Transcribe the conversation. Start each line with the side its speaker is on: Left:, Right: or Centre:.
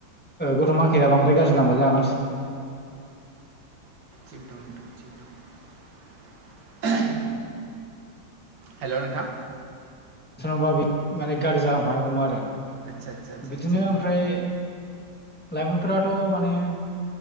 Centre: गथ'माखाया बांद्राय गाज्रि लामाजो आगान सु
Right: थिगद दं दे थिक दं। हेल' नोंथां
Centre: <unintelligible> माने गाज्रि जालांफानो हमो आरो
Right: आदसा आदसा आदसा
Centre: बिदिनो
Right: थिग
Centre: ओमफ्राय
Right: दं
Centre: लाइमोनफोराथ' माने